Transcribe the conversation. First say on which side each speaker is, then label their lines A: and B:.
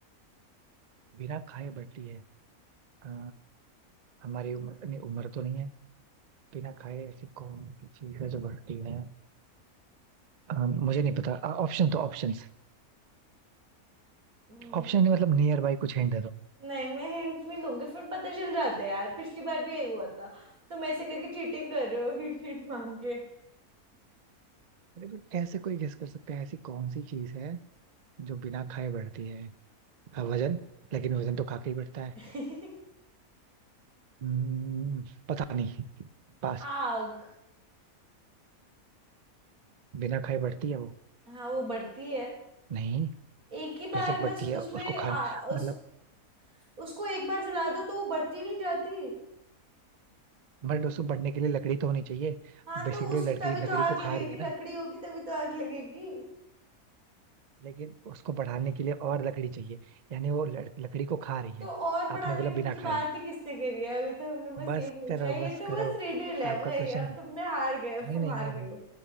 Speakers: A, on the right (about 50°); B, on the right (about 70°).
A: बिना खाए बटी है आ, हमारी उम्र नहीं उम्र तो नहीं है बिना खाए ऐसी कौन सी चीज है जो बढ़ती है अ, मुझे नहीं पता ऑप्शन तो ऑप्शंस
B: हम्म,
A: ऑप्शन मतलब नियर बाई कुछ हिंट दे दो
B: नहीं मैं हिंट नहीं दूंगी फिर पता चल जाता है यार पिछली बार भी यही हुआ था तुम ऐसे करके चीटिंग कर रहे हो हिंट हिंट मांग के
A: अरे बट ऐसे कोई गेस कर सकता है ऐसी कौन सी चीज है जो बिना खाए बढ़ती है हाँ, वजन लेकिन वजन तो खा के ही बढ़ता है
B: <laughs>
A: हम्म, पता नहीं पास
B: आग
A: बिना खाए बढ़ती है वो
B: हाँ वो बढ़ती है
A: नहीं
B: एक ही
A: कैसे
B: बार बस
A: बढ़ती है
B: उसमें
A: उसको
B: आ,
A: खाने
B: उस
A: मतलब
B: उसको एक बार जला दो तो वो बढ़ती नहीं जाती
A: बट उसको बढ़ने के लिए लकड़ी तो होनी चाहिए
B: हाँ
A: बेसिकली
B: तो उस
A: लड़की
B: तभी
A: लकड़ी
B: तो आग
A: को
B: लगेगी
A: खा रही है
B: लकड़ी
A: ना
B: होगी तभी तो आग लगेगी
A: लेकिन उसको बढ़ाने के लिए और लकड़ी चाहिए यानी वो लड़- लकड़ी को खा रही
B: तो
A: है
B: और बढ़ाने
A: आपने बोला बिना
B: की बात
A: खाए
B: ही किसने करी है अभी तो हमने बस
A: बस
B: ये पूछा
A: करो
B: है ये
A: बस
B: तो
A: करो
B: बस रिडल है
A: आपका
B: भाई
A: क्वेश्चन
B: अब तुमने हार गए अब
A: नहीं
B: तुम
A: नहीं
B: हार
A: नहीं
B: गए
A: नहीं
B: हो